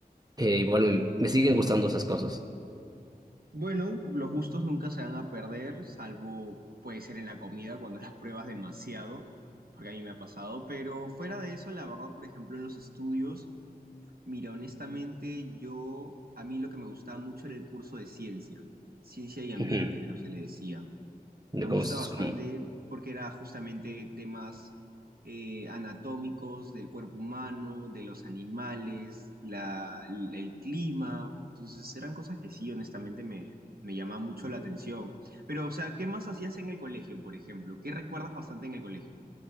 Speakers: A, on the right; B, on the right.
A: eh, igual me, me siguen gustando esas cosas.
B: Bueno, los gustos nunca se van a perder, salvo puede ser en la comida cuando las pruebas demasiado, porque a mí me ha pasado, pero fuera de eso, la verdad, por ejemplo, en los estudios, mira, honestamente, yo, a mí lo que me gustaba mucho era el curso de ciencia, ciencia y ambiente,
A: Ujú.
B: creo que se le decía
A: De
B: me gusta
A: cosas
B: bastante
A: como,
B: porque era justamente temas eh, anatómicos del cuerpo humano, de los animales, la, el, el clima. Entonces eran cosas que sí, honestamente me, me llamaba mucho la atención. Pero, o sea, ¿qué más hacías en el colegio, por ejemplo? ¿Qué recuerdas bastante en el colegio?